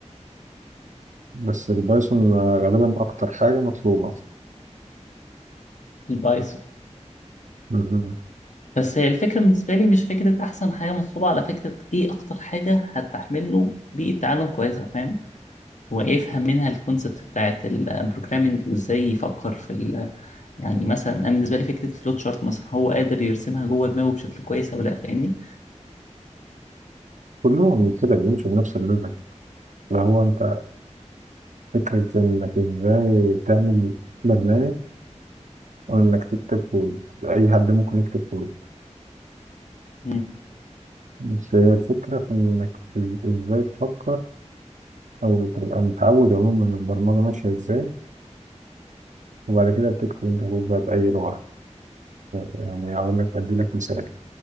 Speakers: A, on the right; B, on the left.
A: بس البايثون آه، غالبا أكتر حاجة مطلوبة
B: البايثون
A: مهم.
B: بس هي الفكرة بالنسبة لي مش فكرة أحسن حاجة مطلوبة على فكرة إيه أكتر حاجة هتحمل له بيئة تعلم كويسة فاهم؟ ويفهم منها الكونسبت بتاعت البروجرامينج وازاي يفكر في ال يعني مثلا انا بالنسبه لي فكره الفلوت شارت مثلا هو قادر يرسمها جوه دماغه بشكل كويس او لا فاهمني
A: كلهم كده بيمشوا بنفس الليفل اللي هو أنت فكرة إنك إزاي تعمل برنامج أو إنك تكتب كود أي حد ممكن يكتب كود
B: امم
A: بس هي الفكرة في إنك ت- إزاي تفكر أو تبقى متعود عموما إن البرمجة ماشية إزاي وبعد كده بتكتب أنت كود بقى بأي لغة يعني أقول لك أدي لك مثال